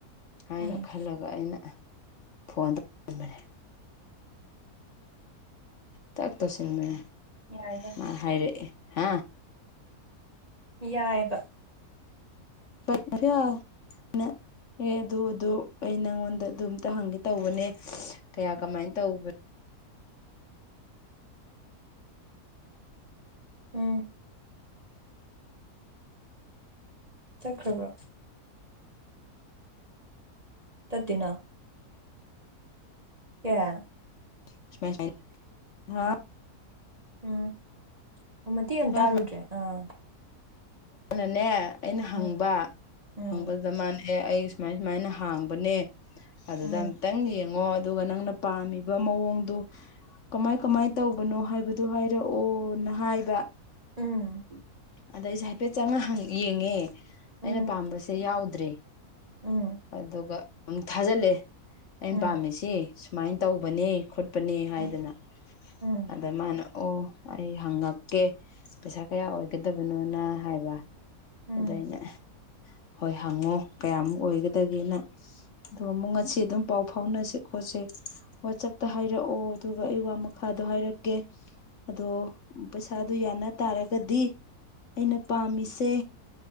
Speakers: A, on the left; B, on the right.
A: ꯍꯥꯏꯅ
B: ꯎꯝ
A: ꯈꯜꯂꯒ ꯑꯩꯅ ꯐꯣꯟ ꯇꯧ ꯎꯝꯃꯔ‌ꯦꯠ ꯇꯥꯛ ꯇꯧꯁꯤꯟꯗꯨꯅꯦ
B: ꯌꯥꯏꯗ
A: ꯃꯥ ꯍꯥꯏꯔꯛꯑꯦ ꯍꯥ
B: ꯌꯥꯏꯕ
A: <unintelligible> ꯑꯦ ꯑꯗꯨ ꯑꯗꯨ ꯑꯩ ꯅꯪꯉꯣꯟꯗ ꯑꯗꯨꯝꯇ ꯍꯪꯒꯦ ꯇꯧꯕꯅꯦ ꯀꯌꯥ ꯀꯃꯥꯏꯅ ꯇꯧꯕꯅꯣ
B: ꯎꯝ ꯇꯠꯈ꯭ꯔꯕ ꯇꯠꯇꯦꯅ <unintelligible>
A: <unintelligible>
B: ꯎꯝ ꯑꯣ ꯃꯇꯦꯛ ꯑꯃ
A: ꯁꯨꯃꯥꯏ
B: ꯇꯥꯔꯨꯗ꯭ꯔꯦ ꯑꯥ
A: ꯃꯥꯅꯅꯦ ꯑꯩꯅ
B: ꯎꯝ
A: ꯍꯪꯕ
B: ꯎꯝ
A: ꯍꯪꯕꯗ ꯃꯥꯅ ꯑꯩ ꯁꯨꯃꯥꯏ ꯁꯨꯃꯥꯏꯅ ꯍꯥꯡꯕꯅꯦ ꯑꯗꯨꯗ
B: ꯎꯝ
A: ꯑꯝꯇꯪ ꯌꯦꯡꯉꯣ ꯑꯗꯨꯒ ꯅꯪꯅ ꯄꯥꯝꯃꯤꯕ ꯃꯑꯣꯡꯗꯨ ꯀꯃꯥꯏ ꯀꯃꯥꯏ ꯇꯧꯕꯅꯣ ꯍꯥꯏꯕꯗꯨ ꯍꯥꯏꯔꯛꯑꯣꯅ ꯍꯥꯏꯕ
B: ꯎꯝ
A: ꯑꯗ ꯑꯩꯁꯦ ꯍꯥꯏꯐꯦꯠ ꯆꯪꯉ ꯌꯦꯡꯉꯦ
B: ꯎꯝ
A: ꯑꯩꯅ ꯄꯥꯝꯕꯁꯦ ꯌꯥꯎꯗ꯭ꯔꯦ
B: ꯎꯝ
A: ꯑꯗꯨꯒ ꯑꯃꯨꯛ ꯊꯥꯖꯜꯂꯛꯑꯦ ꯑꯩꯟ
B: ꯎꯝ
A: ꯄꯥꯝꯃꯤꯁꯦ ꯁꯨꯃꯥꯏ ꯇꯧꯕꯅꯦ ꯈꯣꯠꯄꯅꯦ ꯍꯥꯏꯗꯅ
B: ꯎꯝ ꯎꯝ
A: ꯑꯗ ꯃꯥꯅ ꯑꯣ ꯑꯩ ꯍꯪꯉꯛꯀꯦ ꯄꯩꯁꯥ ꯀꯌꯥ ꯑꯣꯏꯒꯗꯕꯅꯣꯅ ꯍꯥꯏꯕ
B: ꯎꯝ
A: ꯑꯗꯥ ꯑꯩꯅ ꯍꯣꯏ ꯍꯪꯉꯣ ꯀꯌꯥꯃꯨꯛ ꯑꯣꯏꯒꯗꯒꯦꯅ ꯑꯗꯨꯒ ꯑꯃꯨꯛ ꯉꯁꯤ ꯑꯗꯨꯝ ꯄꯥꯎ ꯐꯥꯎꯅꯁꯦ ꯈꯣꯠꯁꯦ ꯋꯥꯆꯞꯇ ꯍꯥꯏꯔꯛꯑꯣ ꯑꯗꯨꯒ ꯑꯩ ꯋꯥ ꯃꯈꯥꯗꯣ ꯍꯥꯏꯔꯛꯀꯦ ꯑꯗꯣ ꯄꯩꯁꯥꯗꯨ ꯌꯥꯅ ꯇꯥꯔꯒꯗꯤ ꯑꯩꯅ ꯄꯥꯝꯃꯤꯁꯦ